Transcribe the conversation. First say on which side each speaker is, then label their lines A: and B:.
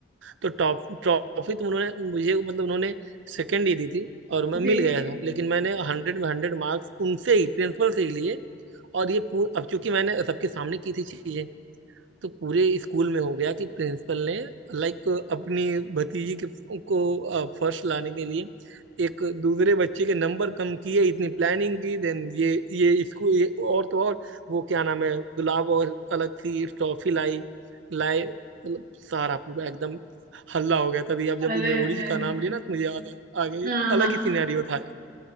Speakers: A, on the right; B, on the right.
A: तो टॉप ट्रॉफी तो उन्होंने मुझे मतलब उन्होंने सेकेंड ही दी थी और मैं मिल
B: जी
A: गया था लेकिन मैंने हंड्रेड में हंड्रेड मार्क्स उनसे ही प्रिंसिपल से ही लिए और ये पूर अब चूंकि मैंने सबके सामने की थी चीजें तो पूरे स्कूल में हो गया कि प्रिंसिपल ने लाइक अपनी भतीजी के को फर्स्ट लाने के लिए एक दूसरे बच्चे के नंबर कम किए इतनी प्लानिंग की देन ये ये स्कूल ये और तो और वो क्या नाम है गुलाब और अलग सी ट्रॉफी लाई लाए मतलब सारा पूरा एकदम हल्ला हो गया तभी अब जब
B: अरे
A: मेमोरीज
B: अरे
A: का नाम लिया ना तो मुझे याद आ आ गई
B: हाँ हाँ
A: अलग ही सिनेरियो था यार।